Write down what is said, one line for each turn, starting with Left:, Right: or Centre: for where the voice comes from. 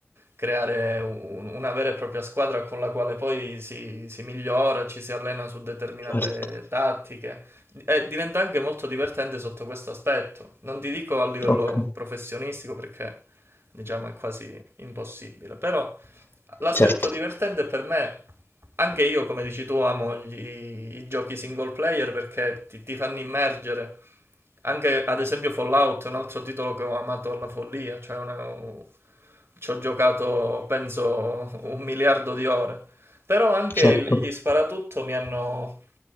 Right: creare un- una vera e propria squadra con la quale poi si, si migliora, ci si allena su determinate
Left: Certo,
Right: tattiche. E diventa anche molto divertente sotto questo aspetto. Non ti dico a livello
Left: ok,
Right: professionistico perché diciamo è quasi impossibile, però L'aspetto
Left: <laughs>
Right: divertente
Left: certo,
Right: per me, anche io come dici tu amo gli- i giochi single player perché ti, ti fanno immergere. Anche ad esempio Fallout è un altro titolo che ho amato alla follia, cioè una- ci ho giocato penso un miliardo di ore. Però anche
Left: certo.
Right: il- gli sparatutto mi hanno